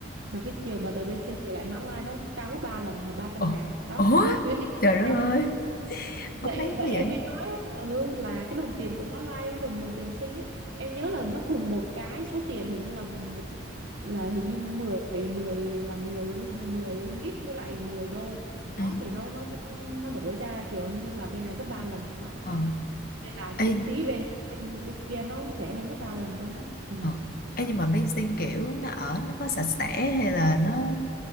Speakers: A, on the right; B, on the left.
A: mà cái chiều mà từ bên Sinh về lại Mã Lai nó cao gấp 3 lần là ba trăm
B: Ủa?
A: ngàn đó
B: Ủa?
A: tuyến đi
B: Trời đất
A: nhau
B: ơi, mất
A: vậy
B: nét
A: vậy
B: quá
A: em
B: vậy.
A: mới nói ừ, là cái đồng tiền của Mã Lai với đồng đồng tiền xinh á em nhớ là nó cùng một cái số tiền hình như là một là hình như mười 10 là 10 ring 10 ringgit với lại 10 đô
B: Ừ.
A: đó thì nó nó nó nó đổi ra kiểu như là bên này gấp 3 lần đó
B: Ờ.
A: vậy đó nên là
B: Ê,
A: chi phí bên bên bên kia nó rẻ hơn gấp 3 lần luôn đó ừ.
B: ờ. Ê, nhưng mà bên sinh kiểu nó ở nó có sạch sẽ hay là nó